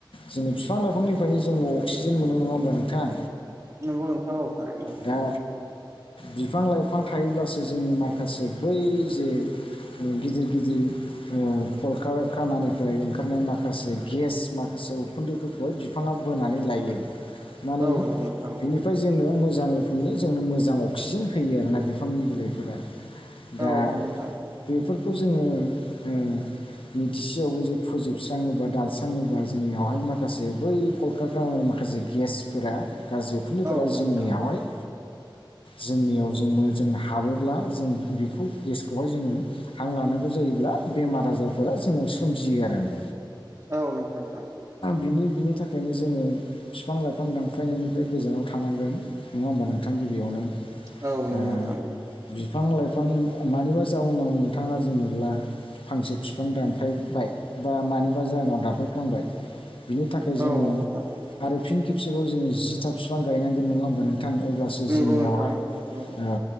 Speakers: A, on the left (about 85°); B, on the right (about 40°).
A: जोङो बिफां लाइफांनिफ्रायनो जोङो अक्सिजेन मोनो नङा होमबा नोंथां
B: नंगौ नोंथां औ थारैनो
A: दा बिफां लाइफां थायोब्लासो जोंनि माखासे बै जे गिदिर गिदिर ओ कलकारखानानिफ्राय ओंखारनाय माखासे गेस माखासे उखुन्दैफोर गय बिफाङा बोनानै लायो
B: <inaudible>
A: माने
B: नंगौ नोंथां
A: बिनिफ्राय जोंनो मोज मोजां रोखोमनि जोंनो मोजां अक्सिजेन होयो आरोना बिफांनि बिलाइफोरा दा
B: औ नंगौ नोंथां
A: बेफोरखौ जोङो ओ मिथिसेयावबो जे फोजोबस्राङो बा दानस्राङोबा जोंनियावहाय माखासे बै कलकारखानानिफाय माखासे गेसफोरा गाज्रि उखुन्दैफोरा
B: औ नंगौ
A: जोंनियावहाय
B: नोंथां
A: जोंनियाव जोंनो जों हाबोब्ला जों बेखौ गेसखौहाय जोङो हां लानांगौ जायोब्ला बेमार आजारफोरा जोंनाव सोमजियो आरोना
B: औ नोंगौ नोंथां
A: बिनि बिनि थाखायनो जोङो बिफां लाइफां दानफायनायनिफ्राय गोजानाव थानांगोन नङा होमबा नोंथां गिबियावनो ओ
B: औ नंगौ नोंथां
A: बिफां लाइफां मानिबा जाउनाव नोंथाङा जेनेब्ला फांसे बिफां दानफायबाय बा मानिबा जाहोनाव दानफायफ्लांबाय बिनि थाखाय जोङो
B: औ नंगौ नोंथां
A: आरो फिन खेबसेबाव जोङो जि था बिफां गायनांगोन नङा होमबा थां अब्लासो
B: नंगौ
A: जोंनियावहाय
B: नोंथां औ
A: ओ